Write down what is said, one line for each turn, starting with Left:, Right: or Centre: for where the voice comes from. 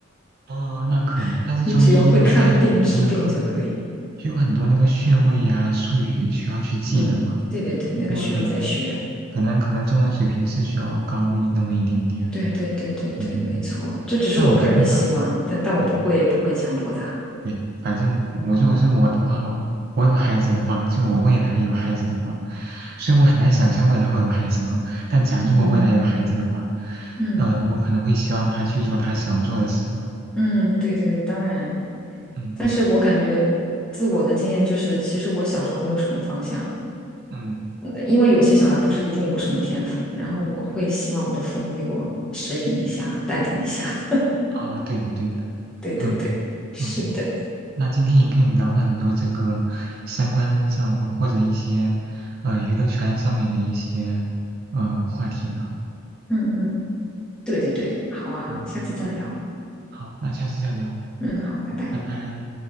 Right: 哦，那可能，
Centre: <laughs>
Right: 但是中医因为它有很多那个，
Centre: 你只要会看病治病就可以。
Right: 它有很多那个穴位呀、术语需要去记的嘛。
Centre: 嗯，对对对，
Right: 如果对，
Centre: 那个需要再学。
Right: 可能可能中文水平是需要高一那么一点点。
Centre: 对对对对对，
Right: 对对对，
Centre: 没错，这只是我个人的希望，
Right: 但我觉得吧，
Centre: 但但我不会不会强迫他。
Right: 对对，反正我我如果是我的话，我我有孩子的话，就我未来有孩子的话，虽然我很难想象未来会有孩子啊，但假如我未来有孩子的话，
Centre: <laughs> 嗯哼哼嗯
Right: 呃，我可能会希望他去做他想做的事吧。
Centre: 嗯，对对对，当然，
Right: 嗯
Centre: 但是我感觉自我的经验就是，其实我小时候没有什么方向，
Right: 嗯
Centre: 呃因为有些小孩不是一定有什么天赋，然后我会希望我的父母给我指引一下，带领一下。<laughs>
Right: 啊，对的对的。
Centre: 对对对，
Right: 嗯嗯，
Centre: 是的，
Right: 那今天也跟你聊了很多这个三观上或者一些呃娱乐圈上面的一些呃话题呢。
Centre: 嗯嗯嗯，对对对，好啊，
Right: 嗯，
Centre: 下次再聊。
Right: 好，好，那下次再聊。
Centre: 嗯，好，拜拜。
Right: 嗯，拜拜。